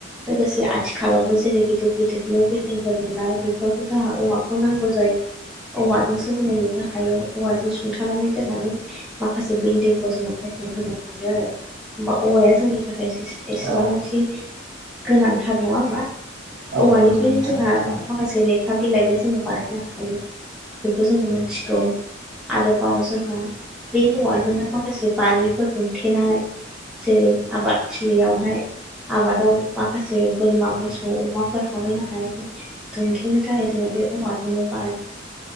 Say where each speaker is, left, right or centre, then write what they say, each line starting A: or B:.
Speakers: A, in the centre; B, on the right.
A: लोगोसे आथिखालावबो जेरै गिदिर गिदिर न' बिल्डिंफोर लुनाय बेफोरावबो जोंहा औवाखौ नांगौ जायो औवाजोंसो जोङो लुनो हायो औवाजों सुंथानानै दोननानै माखासे बिल्डिंखौ जोङो महद होनो हायो आरो होमब्ला औवाया जोंनि थाखाय एसेबांनो
B: औ
A: सौ गोनांथार नङा होमबा
B: औ
A: औवानिफ्रायनो
B: नंगौ नोंथां
A: जोंहा
B: औ
A: माखासेे लेखा बिलाइबो जोङो बानायनो हायो बेखौ जोङो मोनथिगौ आरोबाव जोंहा बे हौवाजोंनो माखासे बारिफोर दुमथेनाय जेरै आबादथिलियावहाय आबाद आव माखासे बोरमा मोसौ अमाफोर हाबहैनो हायैनि दुमथेनो थाखाय जोङो बे औवाजोंनो बानायो